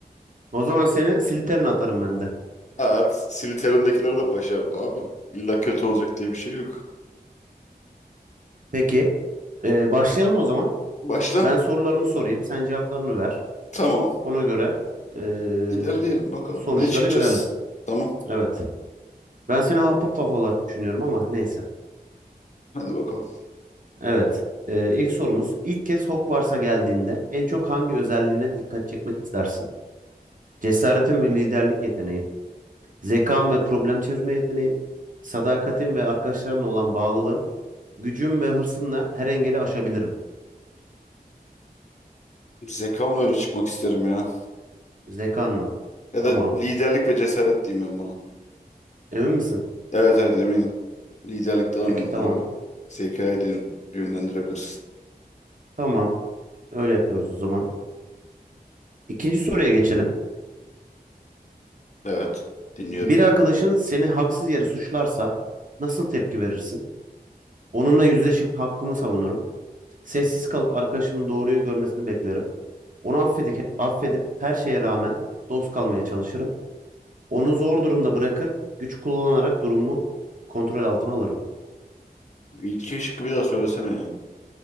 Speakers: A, on the right; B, on the left.
A: O zaman seni Slytherin atarım ben de.
B: <laughs> At, Siliterim'dekileri de başarılı abi. İlla kötü olacak diye bir şey yok.
A: Peki. eee, başlayalım o zaman.
B: Başla.
A: Ben sorularımı sorayım. Sen cevaplarını ver.
B: Tamam.
A: Ona göre eee,
B: İlerleyelim bakalım.
A: sonuçları
B: Ne çıkacağız?
A: görelim.
B: Tamam.
A: Evet. Ben seni Hufflepuff olarak düşünüyorum ama neyse.
B: Hadi bakalım.
A: Evet. Eee ilk sorumuz. İlk kez Hogwarts'a geldiğinde en çok hangi özelliğine dikkat çekmek istersin? Cesaretin ve liderlik yeteneğim, zekam ve problem çözme yeteneğim, sadakatim ve arkadaşlarımla olan bağlılığım, gücüm ve hırsımla her engeli aşabilirim.
B: Zekamla öne çıkmak isterim ya.
A: Zekanla.
B: Ya
A: Tamam.
B: da liderlik ve cesaret diyeyim ben buna.
A: Emin misin?
B: Evet evet eminim. Liderlik daha
A: Peki
B: önemli
A: tamam.
B: abi. Zekayı de yönlendirebilirsin.
A: Tamam. Öyle yapıyoruz o zaman. İkinci soruya geçelim.
B: Evet. Dinliyorum.
A: Bir arkadaşın seni haksız yere suçlarsa nasıl tepki verirsin? Onunla yüzleşip hakkımı savunurum. Sessiz kalıp arkadaşımın doğruyu görmesini beklerim. Onu affedip, affedip her şeye rağmen dost kalmaya çalışırım. Onu zor durumda bırakır, güç kullanarak durumu kontrol altına alırım.
B: İlki şıkkı bir daha söylesene ya.